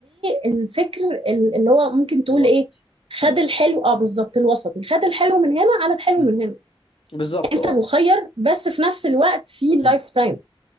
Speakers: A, on the right; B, on the left.
A: للفكر ال- اللي هو ممكن تقول
B: الوسطي
A: ايه خد
B: مم.
A: الحلو اه بالظبط الوسطي خد الحلو من هنا على الحلو
B: مم.
A: من هنا
B: بالظبط
A: انت
B: اه
A: مخير بس في نفس الوقت في لايف
B: مم.
A: تايم